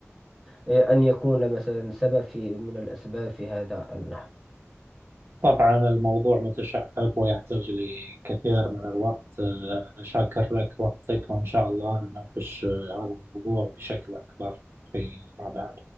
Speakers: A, in the centre; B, on the right.
A: آه، أن يكون مثلا سبب في من الأسباب في هذا النحو
B: طبعا الموضوع متشعب ويحتاج لكثير من الوقت آه، أنا شاكر لك وقتك وإن شاء الله نناقش آه، هذا الموضوع بشكل أكبر فيما بعد